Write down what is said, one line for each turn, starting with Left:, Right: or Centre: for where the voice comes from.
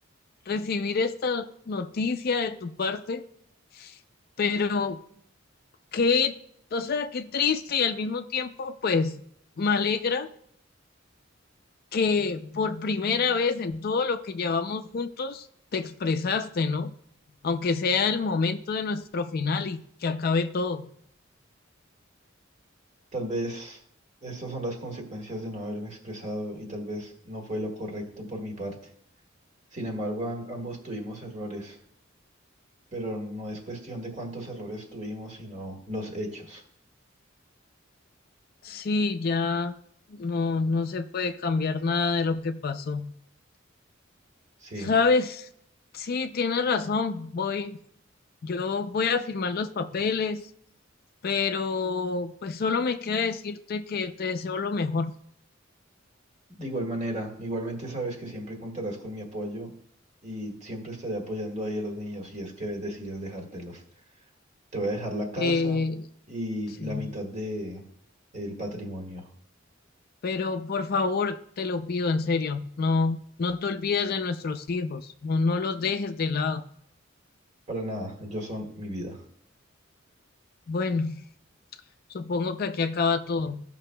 Left: recibir esta noticia de tu parte, pero Qué, o sea, qué triste y al mismo tiempo, pues, me alegra que por primera vez en todo lo que llevamos juntos te expresaste, ¿no? Aunque sea el momento de nuestro final y que acabe todo.
Right: Tal vez estas son las consecuencias de no haberme expresado y tal vez no fue lo correcto por mi parte. Sin embargo, am- ambos tuvimos errores, pero no es cuestión de cuántos errores tuvimos, sino los hechos.
Left: Sí, ya no, no se puede cambiar nada de lo que pasó.
Right: Sí.
Left: ¿Sabes? Sí, tienes razón, voy, yo voy a firmar los papeles, pero pues solo me queda decirte que te deseo lo mejor.
Right: De igual manera, igualmente sabes que siempre contarás con mi apoyo y siempre estaré apoyando ahí a los niños si es que decides dejártelos. Te voy a dejar la casa
Left: Eh,
Right: y
Left: Sí,
Right: la mitad de el patrimonio.
Left: pero por favor, te lo pido en serio, no, no te olvides de nuestros hijos, no, no los dejes de lado.
Right: Para nada, ellos son mi vida.
Left: Bueno, supongo que aquí acaba todo.